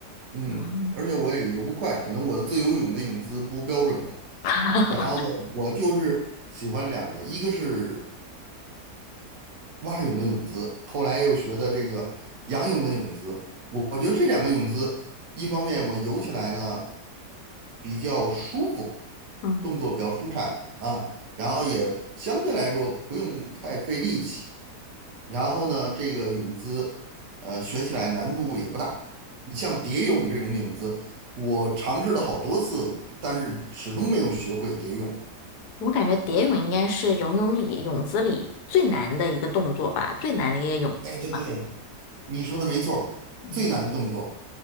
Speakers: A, on the right; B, on the left.
A: 嗯，
B: 哦，
A: 而且我也游不快，可能我的自由泳的泳姿不标准吧。
B: <laughs>
A: 然后呢，我就是喜欢两个，一个是蛙泳的泳姿，后来又学的这个仰泳的泳姿。我我觉得这两个泳姿，一方面我游起来呢比较舒服，
B: 嗯。
A: 动作比较舒展啊，然后也相对来说不用太费力气。然后呢，这个泳姿，呃，学起来难度也不大。你像蝶泳这种泳姿，我尝试了好多次，但是始终没有学会蝶泳。
B: 我感觉蝶泳应该是游泳里泳姿里最难的一个动作吧，最难的一个泳姿吧。
A: 哎，对对，你说的没错儿最难的动作。
B: 嗯，